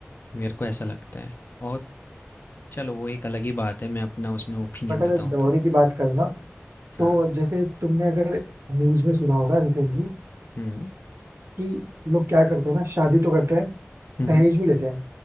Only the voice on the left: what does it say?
मेरे को ऐसा लगता है और चलो वो एक अलग ही बात है मैं अपना उसमें ओपिनियन
बताऊं
तो
हाँ
हम्म
हम्म
हम्म